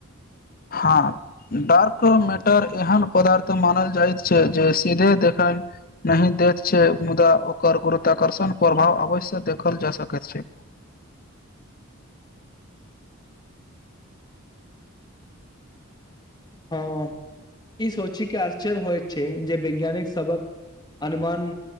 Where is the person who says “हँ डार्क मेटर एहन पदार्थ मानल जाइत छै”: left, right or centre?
Left